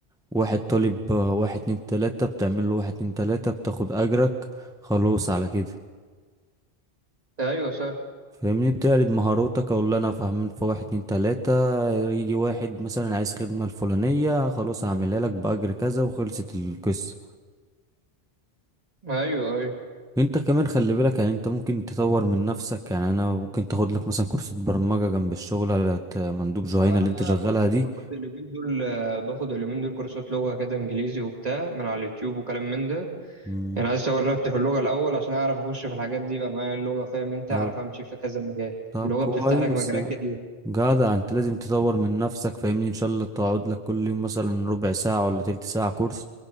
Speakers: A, in the centre; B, on the right.
A: واحد طالب آه، واحد اتنين تلاتة بتعمل له واحد اتنين تلاتة بتاخد أجرك خلاص على كده
B: ايوه صح
A: فاهمني بتعرض مهاراتك أو اللي أنا فاهمين في واحد اتنين تلاتة يجي واحد مثلا عايز خدمة الفلانية خلاص هعملها لك بأجر كذا وخلصت القصة
B: ايوه ايوه
A: انت كمان خلي بالك يعني انت ممكن تطور من نفسك يعني انا ممكن تاخد لك مثلا كورسات برمجة جنب الشغل على ت- مندوب جهينة
B: انا
A: اللي انت شغالها
B: بص
A: دي
B: باخد اليومين دول آه، باخد اليومين دول كورسات لغة كده انجليزي وبتاع من على اليوتيوب وكلام من ده
A: مم.
B: يعني عايز اطور نفسي في اللغة الاول عشان اعرف اخش في الحاجات دي يبقى معايا اللغة فاهم انت
A: طب
B: اعرف امشي في كذا مجال
A: طب
B: اللغة
A: كويس
B: بتفتح لك مجالات
A: يعني
B: كتير
A: جدع انت لازم تطور من نفسك فاهمني ان شاء الله تقعد لك كل يوم مثلا ربع ساعة ولا تلت ساعة كورس